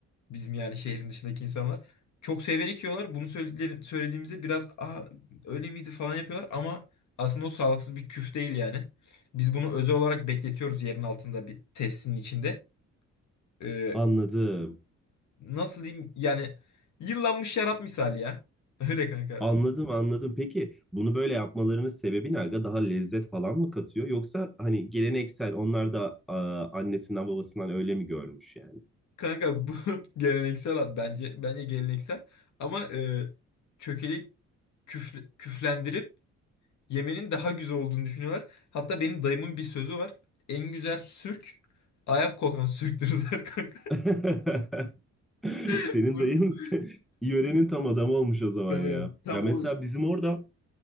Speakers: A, on the left (about 70°); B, in the centre.
A: Bizim yani şehrin dışındaki insanlar. Çok severek yiyorlar. Bunu söyledikleri, söylediğimizde biraz Aa, öyle miydi falan yapıyorlar ama aslında o sağlıksız bir küf değil yani. Biz bunu özel olarak bekletiyoruz yerin altında bir tesisinin içinde. Ee,
B: anladım.
A: nasıl diyeyim yani yıllanmış şarap misali ya. <laughs> Öyle kanka.
B: Anladım anladım. Peki bunu böyle yapmalarının sebebi ne aga? Daha lezzet falan mı katıyor? Yoksa hani geleneksel onlar da a, annesinden babasından öyle mi görmüş yani?
A: Kanka bu <laughs> geleneksel ad bence. Bence geleneksel. Ama e, çökeli küfle- küflendirip yemenin daha güzel olduğunu düşünüyorlar. Hatta benim dayımın bir sözü var. En güzel sürk ayak kokan sürktürürler kanka.
B: <laughs> <laughs> Senin
A: <laughs>
B: dayın <laughs> yörenin tam adamı olmuş o zaman
A: Evet,
B: ya.
A: tam
B: Ya mesela
A: o
B: bizim orada